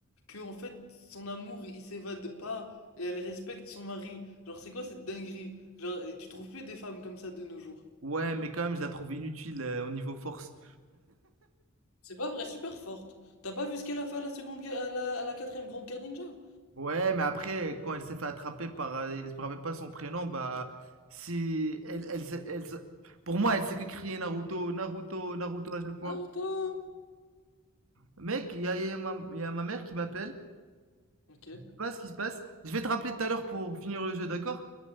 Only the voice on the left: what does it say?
que, en fait, son amour, il s'évade pas et elle respecte son mari. Genre, c'est quoi cette dinguerie? Genre, et tu trouves plus des femmes comme ça de nos jours.
C'est pas vrai, super forte. T'as pas vu ce qu'elle a fait à la seconde guerre, à la, à la quatrième grande guerre ninja?
Naruto!
Ok.